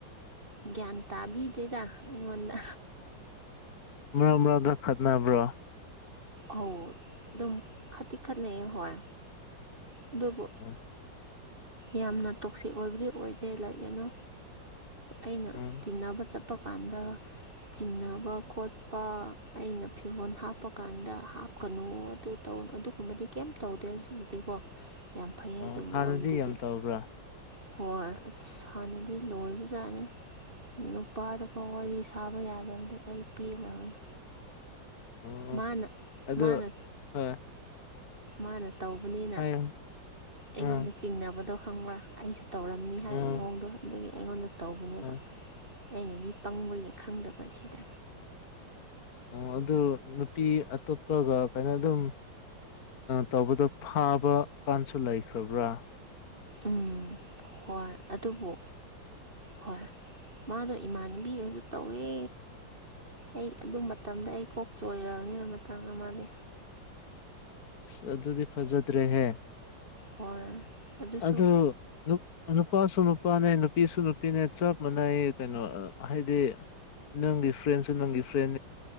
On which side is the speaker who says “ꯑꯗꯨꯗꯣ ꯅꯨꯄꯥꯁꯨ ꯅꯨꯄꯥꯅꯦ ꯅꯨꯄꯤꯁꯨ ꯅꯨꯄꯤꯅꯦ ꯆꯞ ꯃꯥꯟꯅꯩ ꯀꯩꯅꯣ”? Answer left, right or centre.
Left